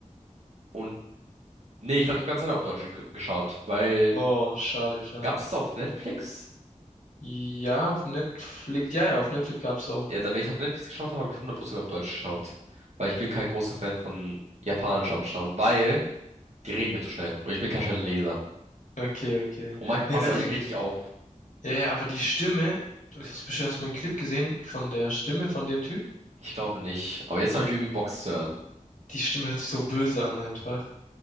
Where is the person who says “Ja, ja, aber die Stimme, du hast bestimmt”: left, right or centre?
Left